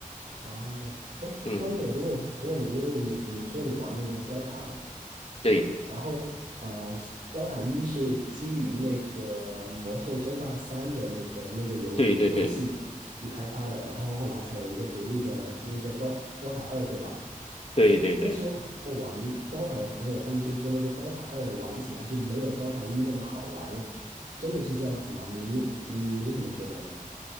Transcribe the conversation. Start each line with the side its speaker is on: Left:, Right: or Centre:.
Right: 哦，哎，
Left: 嗯，
Right: 突然间有一个问题想问你，因为你你说你玩那个 Dota 嘛，
Left: 对，
Right: 然后呃，Dota 一是基于那个《魔兽争霸三》的那个那个游游戏去开发的，
Left: 对对对
Right: 然后后来才有一个独立的那个 d o Dota 二，对吧？
Left: 对对对。
Right: 诶，但是我我玩 DOTA 的朋友，他们就说那个 DOTA 二玩起来就没有 DOTA 一那么好玩了，真的是这样子吗？你你嗯你怎么觉得呢？